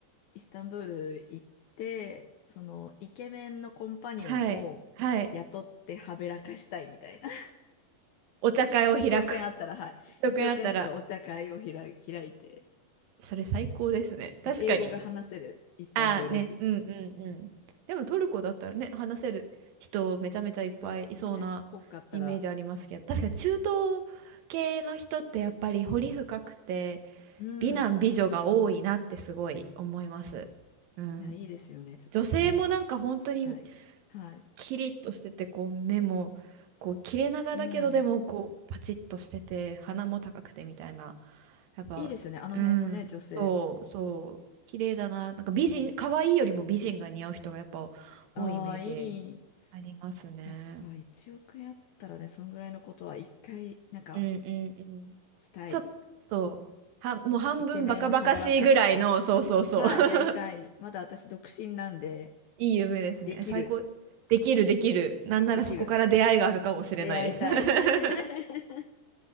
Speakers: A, on the left; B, on the right.
A: イスタンブール行って、その、イケメンのコンパニオンを雇ってはべらかしたいみたいな。
B: はいはいお茶会を開く。
A: 1億円あったら、はい。
B: 一億円あったら、
A: 1億円あったらお茶会を開い、開いて、
B: それ最高ですね。確かに。
A: はい英語が話せるイスタンブール人
B: ああね、うんうんうん。でもトルコだったらね、話せる人めちゃめちゃいっぱいいそうなイメージありますけど、
A: とね、多かったら、
B: 確かに中東系の人ってやっぱり彫り深くて、
A: うん。
B: 美男美女が多いなってすごい思います。うん。
A: いや、いいですよね。ちょっとはべらかしたい。
B: 女性もなんか本当に
A: はい。
B: キリッとしてて、こう目も、こう切れ長だけど、
A: うん。
B: でもこうパチッとしてて、鼻も高くてみたいな。やっぱ、
A: いいですよね。あの辺のね、
B: うん、
A: 女性。
B: そうそう、綺麗だな。なんか美人、
A: そ
B: 可愛いよりも美人が似合う人がやっぱ多いイメージ
A: う。ああ、いい。
B: ありますね。
A: やっぱ1億円あったらね、そんぐらいのことは一回、なんか、
B: うんうんうん。
A: したい。
B: ちょっと、そう、は、もう半分バカバカしいぐらいの、
A: イケメンをはべらかす。
B: そうそうそう
A: はい、
B: <laughs>、
A: やりたい。まだ私独身なんで、
B: いい夢ですね。
A: できる。
B: 最高。できるできる。なんならそこから出会いがあるかもしれないです。
A: できる。出会いたい。
B: <laughs>
A: <laughs>